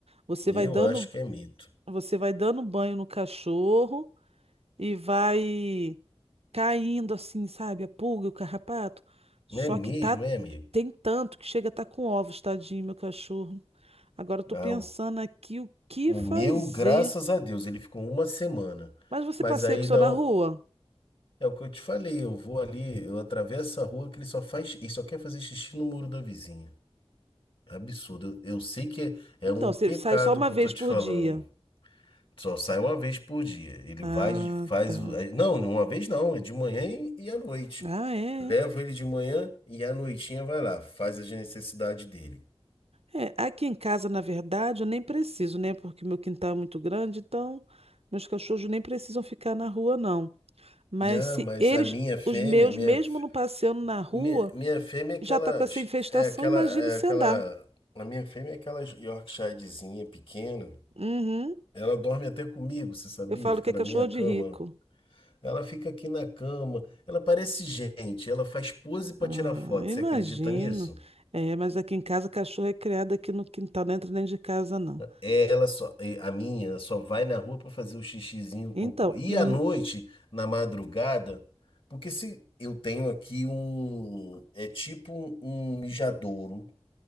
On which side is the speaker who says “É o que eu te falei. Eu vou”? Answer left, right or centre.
Left